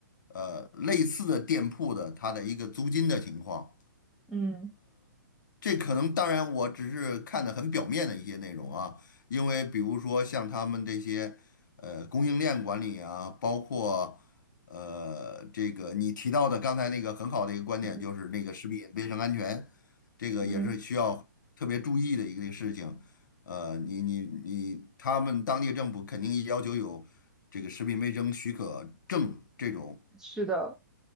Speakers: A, on the left; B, in the centre.
A: 呃类似的店铺的它的一个租金的情况。
B: 嗯
A: 这可能当然我只是看的很表面的一些内容啊，因为比如说像他们这些呃供应链管理啊，包括呃这个你提到的刚才那个很好的一个观点，
B: 嗯
A: 就是那个食品卫生安全，这个也是需要特别注意的一个事情。
B: 嗯，
A: 呃，你你你，他们当地政府肯定要求有这个食品卫生许可证这种。
B: 是的，